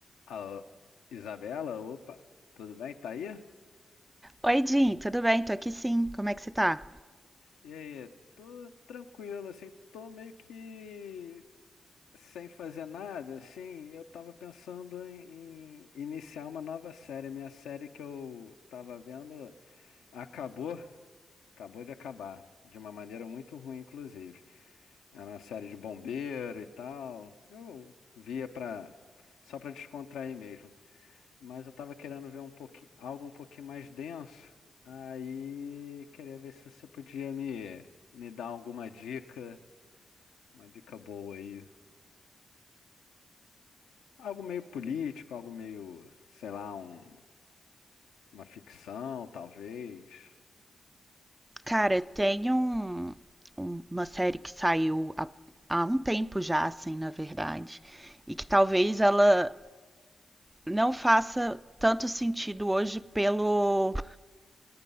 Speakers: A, on the left; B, on the right.
A: Alô, Isabela, opa, tudo bem? Tá aí?
B: Oi, Jim, tudo bem? Tô aqui sim. Como é que você tá?
A: E aí, tô tranquilo, assim, tô meio que sem fazer nada, assim, eu tava pensando em, em iniciar uma nova série. Minha série que eu tava vendo acabou, acabou de acabar, de uma maneira muito ruim, inclusive. Era uma série de bombeiro e tal, eu via pra, só pra descontrair mesmo. mas eu tava querendo ver um pouquinho, algo um pouquinho mais denso. Aí queria ver se você podia me, me dar alguma dica, uma dica boa aí. Algo meio político, algo meio, sei lá, um- uma ficção, talvez.
B: Cara, tem um- um- uma série que saiu há, há um tempo já, assim, na verdade, e que talvez ela não faça tanto sentido hoje pelo,